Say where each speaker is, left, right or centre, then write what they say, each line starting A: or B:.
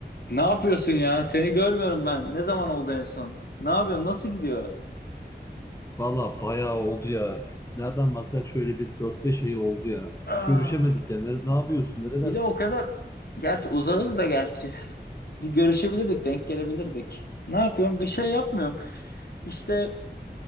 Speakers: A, on the left; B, on the left.
A: Ne yapıyorsun ya? Seni görmüyorum ben. Ne zaman oldu en son? Ne yapıyorsun? Nasıl gidiyor?
B: Valla bayağı oldu ya. Nereden baksak şöyle bir dört beş ayı oldu ya.
A: Ah,
B: Hiç görüşemedik ya. Ne, ne yapıyorsun? Nerelerdesin?
A: bir de o kadar gerçi uzağız da gerçi. Bir görüşebilirdik, denk gelebilirdik. Ne yapıyorum? Bir şey yapmıyorum. İşte